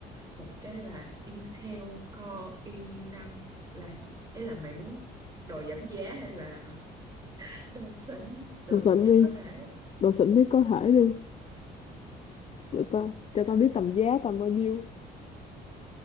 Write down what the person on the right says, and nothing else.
một cái là Intel Core i năm là ý là mày muốn đồ giảm giá hay là <laughs> đồ xịn đồ
xịn
nhất
có thể
Ờ, ok